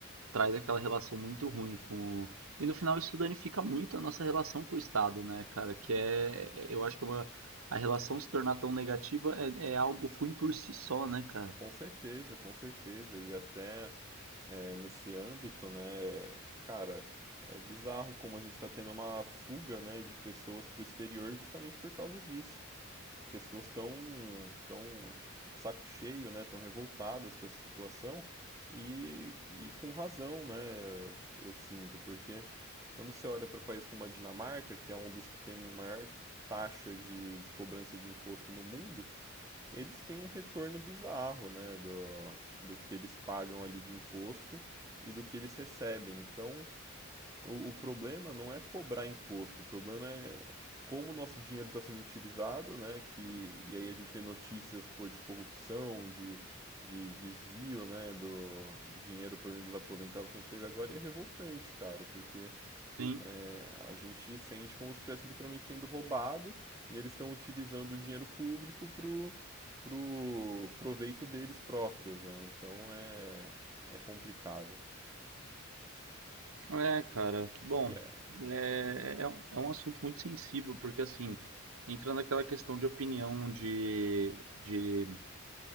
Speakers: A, on the right (about 80°); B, on the right (about 15°).
A: traz aquela relação muito ruim com. o- E no final, isso danifica muito a nossa relação com o Estado, né, cara? Que é. é- Eu acho que é uma... a relação se tornar tão negativa é, é algo ruim por si só, né, cara?
B: com certeza, com certeza. E até é, nesse âmbito, né? Cara, é bizarro como a gente está tendo uma fuga, né, de pessoas para o exterior justamente por causa disso. As pessoas estão tão saco cheio, né? Tão revoltadas com essa situação e, e com razão, né? Eu, eu sinto, porque quando você olha para países como a Dinamarca, que é um dos que tem maior taxa de, de cobrança de imposto no mundo eles têm um retorno bizarro, né, do, do que eles pagam ali de imposto e do que eles recebem. Então, o, o problema não é cobrar imposto, o problema é como o nosso dinheiro está sendo utilizado, né, que, e aí a gente vê notícias, pô, de corrupção, de, de desvio, né, do, do dinheiro, por exemplo, dos aposentados que a gente teve agora, e é revoltante, cara, porque
A: Sim.
B: é, a gente sente como se estivesse literalmente sendo roubado e eles estão utilizando o dinheiro público pro, pro proveito deles próprios, né? Então é, é complicado.
A: É, cara, bom,
B: E é,
A: é, é, um é um assunto muito sensível, porque assim, entra naquela questão de opinião de, de